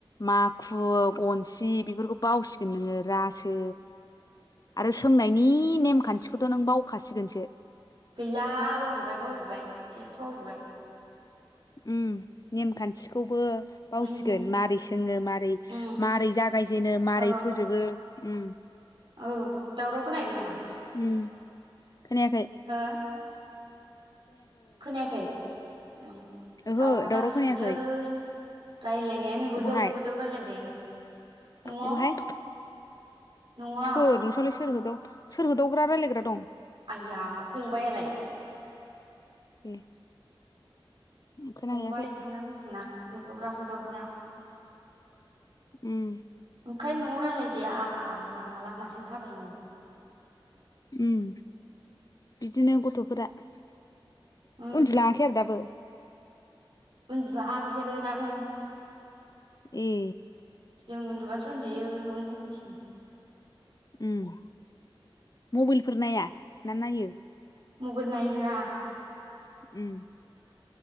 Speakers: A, on the left; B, on the right.
A: माखु गनसि बेफोरखौ बावसिगोन नोंङो रासो आरो सोंनायनि नेमखान्थिखौथ' नों बावखासिगोनसो।
B: गैला बावजोब्बाय बावजोब्बाय सेस बावजोब्बाय।
A: उम नेमखान्थिखौबो बावसिगोन
B: उम
A: मारै सोंङो मारै
B: उम
A: मारै जागायजेनो मारै
B: औ
A: फोजोबो। उम।
B: औ दावराव खोनाहैदों नामा?
A: उम खोनायाखै।
B: हो खोनायाखै ओं
A: ओहो
B: दावराव जागासिनोलै।
A: खोनायाखै
B: रायलायनायानो होदाव
A: अबहाय
B: होदाव रायलायबाय थायो न'आव।
A: अबहाय
B: न'आव
A: सोर नोंसानावलाय सोर होदाव सोर होदावग्रा रायलायग्रा दं
B: आइया फंबाइयालाय।
A: ए। खोनाहैयाखै
B: फंबाय बिदिनो दोंना होदावग्रा होदावग्रा।
A: उम।
B: ओंखायनो न'आव रायलाय जाया लामा लामासो थाबायो।
A: उम बिदिनो गथ'फोरा। उन्दुलाङाखै
B: उम
A: आरो दाबो?
B: उन्दुवा बिसोरो दानो।
A: ए।
B: जों उन्दुबासो उन्दैयो न'नि मिथियो।
A: उम मबाइलफोर नाया ना नायो?
B: मबाइल नायहोआ।
A: उम।